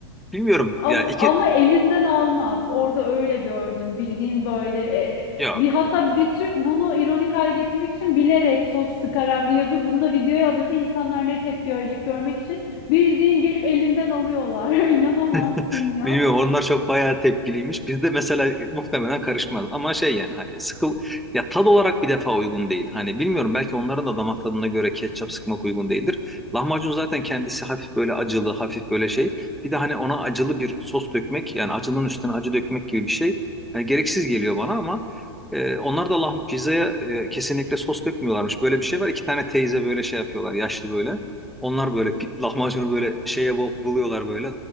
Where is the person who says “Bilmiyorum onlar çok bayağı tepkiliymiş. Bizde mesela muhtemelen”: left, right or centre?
Centre